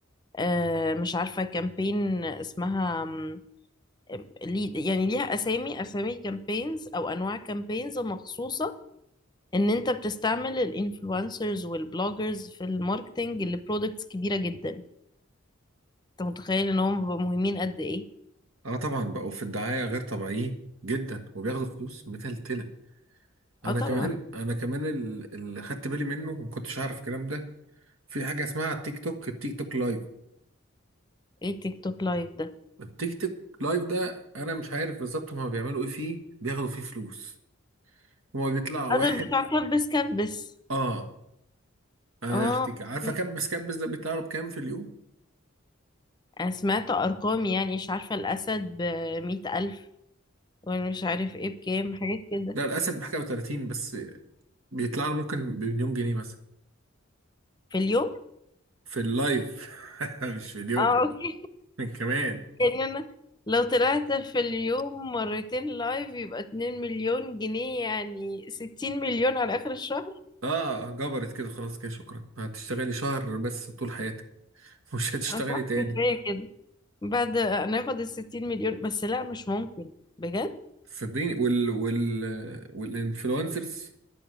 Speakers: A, on the left (about 20°); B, on the right (about 80°).
A: آه، مش عارفة كامبين اسمها مم، لي- يعني ليها اسامي اسامي كامبينز او انواع كامبينز مخصوصة ان انت بتستعمل الانفلونسرز والبلوجرز في الماركتنج لبرودكتس كبيرة جدا انت متخيل ان هم بيبقوا مهمين قد ايه
B: آه طبعا بقوا في الدعايه غير طبيعيين جدا وبياخدوا فلوس متلتله انا
A: اه طبعا
B: كمان انا كمان ال- اللي خدت بالي منه ما كنتش عارف الكلام ده في حاجه اسمها التيك توك التيك توك لايف
A: ايه تيك توك لايف ده
B: التيك توك لايف ده انا مش عارف بالظبط هما بيعملوا ايه فيه بياخدوا فيه فلوس هما بيطلع واحد
A: قادر بتاع كبس كبس
B: اه انا
A: اه
B: يا اختي
A: أوكي.
B: عارفه كبس كبس ده بيطلع له بكام في اليوم
A: انا سمعت ارقام يعني مش عارفة الاسد بمية الف ومش عارف ايه بكام حاجات كده
B: ده الاسد بحاجه و30 بس بيطلع له ممكن بمليون جنيه مثلا
A: في اليوم
B: في اللايف <laughs> مش في اليوم
A: اه اوكي
B: من كمان
A: <laughs> يعني انا لو طلعت في اليوم مرتين لايف يبقى 2 مليون جنيه يعني 60 مليون على اخر الشهر
B: اه جبرت كده خلاص كده شكرا هتشتغلي شهر بس طول حياتك مش هتشتغلي
A: اه صح
B: تاني
A: كفاية كده بعد ناخد الستين مليون بس لا مش ممكن بجد
B: صدقيني وال وال والانفلونسرز